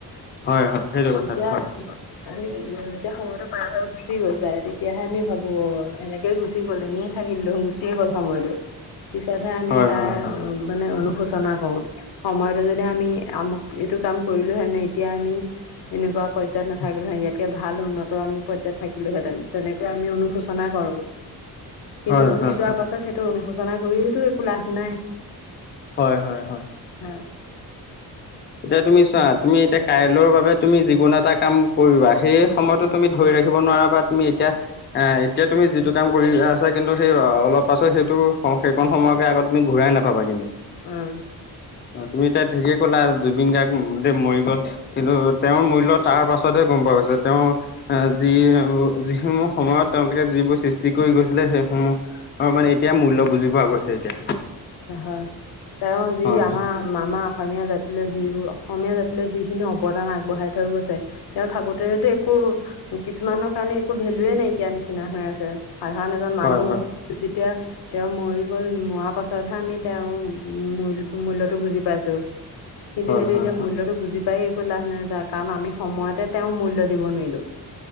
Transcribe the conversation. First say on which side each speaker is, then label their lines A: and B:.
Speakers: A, on the left; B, on the left.
A: হয় হয় সেইটো কথাত
B: যেতিয়া
A: হয়।
B: আমি যেতিয়া সময়তো পাৰ হৈ গুচি গৈ যায় তেতিয়াহে আমি ভাবো অ- এনেকেই গুচি গ'ল এনিয়ে থাকিল দেখোন গুচিয়ে গ'ল সময়টো। পিছতহে আমি
A: হয়
B: তাৰ
A: হয় হয়
B: মানে অনুশোচনা কৰো। সময়তো যদি আমি আমুক এইটো কাম কৰিলো হেনে এতিয়া আমি এনেকুৱা পৰ্যায়ত নাথাকিলো হে ইয়াতকে ভাল উন্নত ত আমি পৰ্যায়ত থাকিলোহেঁতেন তেনেকৈ আমি অনুশোচনা কৰো। কিন্তু
A: হয়
B: গুচি
A: হয়
B: যোৱাৰ
A: হয়।
B: পাছত সেইটো অনুশোচনা কৰিওতো একো লাভ নাই।
A: হয় হয় হয়,
B: হয়
A: এতিয়া তুমি চোৱা তুমি এতিয়া কাইলৰ বাবে তুমি যিকোনো এটা কাম কৰিবা সেই সময়তো তুমি ধৰি ৰাখিব নোৱাৰা বা তুমি এতিয়া এ এতিয়া তুমি যিটো কাম কৰি আছা কিন্তু সেই অলপ পাছত সেইটো স হেই কন সময়কে আগত তুমি ঘূৰাই নাপাবা কিন্তু।
B: উম।
A: অঁ তুমি এতিয়া ঠিকেই ক'লা জুবিন গাৰ্গ দে মৰি গল কিন্তু তেওঁৰ মৈলত তাৰ পাছ- ছতহে গম পোৱা গৈছে তেওঁ আহ যি যিসমহ সময়ত তেওঁলোকে যিবোৰ সৃষ্টি কৰি গৈছিলে সে সমূহৰ মানে এতিয়া মূল্য় বুজি পোৱা গৈছে এতিয়া।
B: হয় তেওঁৰ যি
A: হয়
B: আমা-
A: হয়
B: মামা অসমীয়া জাতিলৈ যিবোৰ অসমীয়া জাতিলৈ যিখিনি অৱদান আগবঢ়াই থৈ গৈছে তেওঁ থাকোত তেতো একো কিছুমানৰ কাৰণে একো ভেলুয়ে নাইকিয়া নিচিনা হৈ আছে। সাধাৰান এজন
A: হয়
B: মানুহ
A: হয় হয়
B: যেতিয়া তেওঁ মৰি গল মৱা পাছতহে আমি তেওঁ মূইল মূল্য়তটো বুজি পাইছো। কিন্তু
A: হয়
B: সেইটো
A: হয়
B: এতিয়া
A: হয়
B: মূল্যতটো বুজি পাই একো লাভ নযায় কাৰণ আমি সময়তে তেওঁ মূল্য দিব নোৱাৰিলো।